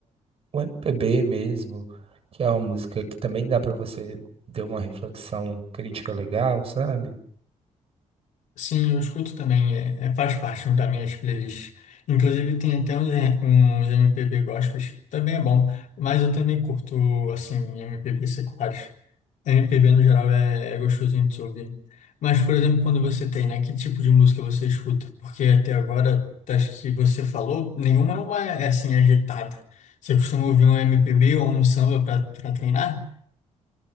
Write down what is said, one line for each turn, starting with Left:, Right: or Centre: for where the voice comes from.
Right: o MPB mesmo, que é uma música que também dá pra você ter uma reflexão crítica legal, sabe?
Left: Sim, eu escuto também, é, é- faz parte né, das minhas playlists. Inclusive tem até uns, re- uns MPB gospels, também é bom, mas eu também curto, assim, MPB seculares. MPB no geral é, é gostosinho de se ouvir. Mas, por exemplo, quando você tem, né, que tipo de música você escuta? Porque até agora, das que você falou, nenhuma é, uma, é assim, agitada. Você costuma ouvir um MPB ou um samba para treinar?